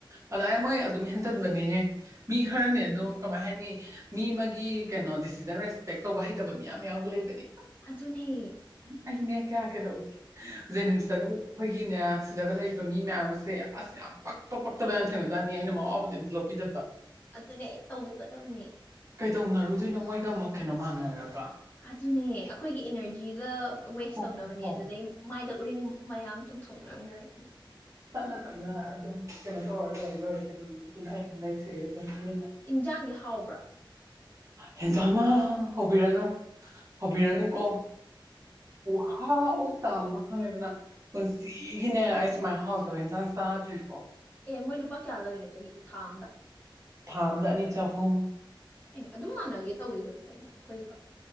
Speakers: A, on the right; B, on the left.
A: ꯑꯗꯨꯗꯥꯏ ꯃꯣꯏ ꯑꯗꯨꯝ ꯍꯦꯟꯇꯟꯕꯅꯦꯍꯦ ꯃꯤ ꯈꯔꯅꯦ ꯑꯗꯨꯝ ꯀꯃꯥꯏ ꯍꯥꯏꯅꯤ ꯃꯤ ꯑꯃꯒꯤ ꯀꯩꯅꯣ ꯗꯤꯁꯤꯖꯟ ꯔꯦꯁꯄꯦꯛ ꯇꯧꯕ ꯍꯩꯇꯕ ꯃꯤꯌꯥꯝ ꯌꯥꯎꯕ ꯂꯩꯕꯅꯤ
B: ꯑꯗꯨꯅꯦ
A: ꯑꯩꯅ ꯀꯌꯥ ꯀꯗꯧꯗ ꯖꯦꯅꯤꯝꯁꯇꯒ ꯑꯩꯈꯣꯏꯒꯤꯅꯦ ꯁꯤꯗꯒ ꯂꯩꯕ ꯃꯤ ꯃꯌꯥꯝ ꯑꯁꯦ ꯑꯁ ꯌꯥꯝ ꯄꯛꯄ ꯄꯛꯇꯕ ꯌꯥꯝꯅ ꯊꯦꯡꯅꯗꯥꯅꯤ ꯑꯩꯅ ꯃꯋꯥꯎꯕꯨꯗꯤ ꯑꯝꯇ ꯂꯧꯕꯤꯖꯕ
B: ꯑꯗꯨꯅꯦ ꯇꯧꯕꯤꯒꯗꯕꯅꯤ
A: ꯀꯩꯗꯧꯅꯔꯨꯗꯣꯏꯅꯣ ꯃꯣꯏꯒ ꯑꯃꯨꯛ ꯀꯩꯅꯣ ꯃꯥꯟꯅꯔꯒ
B: ꯑꯗꯨꯅꯦ ꯑꯩꯈꯣꯏꯒꯤ ꯏꯅꯔꯖꯤꯒ ꯋꯦꯁ
A: ꯍꯣꯏ
B: ꯇꯧꯅꯕꯅꯦ
A: ꯍꯣꯏ ꯍꯣꯏ
B: ꯑꯗꯨꯗꯩ ꯃꯥꯏꯗ ꯎꯔꯤꯡ ꯃꯌꯥꯝ ꯆꯨꯝꯊꯣꯛꯅꯛꯅꯔꯛꯅꯤ
A: ꯇꯞꯅ ꯇꯞꯅ ꯑꯗꯨꯝ ꯀꯩꯅꯣ ꯇꯧꯔ ꯂꯣꯏꯔꯦ ꯂꯣꯏꯔꯦ ꯑꯗꯨ ꯑꯗꯨꯝ ꯑꯗꯨꯅ ꯑꯩ ꯂꯩꯊꯣꯛꯑꯦ ꯑꯗꯨꯝ ꯇꯨꯃꯤꯟꯅ
B: ꯏꯟꯖꯥꯡꯗꯤ ꯍꯥꯎꯕ꯭ꯔꯥ
A: ꯍꯦꯟꯖꯥꯡꯃ ꯍꯧꯕꯤꯔꯅꯨ ꯍꯧꯕꯤꯔꯅꯨ ꯀꯣ ꯍ ꯈꯍꯥꯎ ꯇꯃ ꯈꯪꯉꯦꯗꯅ ꯄꯨꯟꯁꯤꯒꯤꯅꯦ ꯑꯩ ꯁꯨꯃꯥꯏꯅ ꯍꯥꯎꯇꯕ ꯍꯤꯟꯁꯥꯡ ꯆꯥꯗ꯭ꯔꯤꯀꯣ
B: ꯑꯦ ꯃꯣꯏ ꯂꯨꯄꯥ ꯀꯌꯥ ꯂꯧꯔꯤꯅꯣ ꯆꯍꯤ ꯊꯥ ꯑꯝꯗ
A: ꯊꯥꯝꯗ ꯑꯅꯤ ꯆꯍꯨꯝ
B: ꯑꯦ ꯑꯗꯨꯝ ꯃꯥꯟꯅꯒꯦ ꯇꯧꯋꯤꯒ ꯀꯣ ꯑꯩꯈꯣꯏꯒ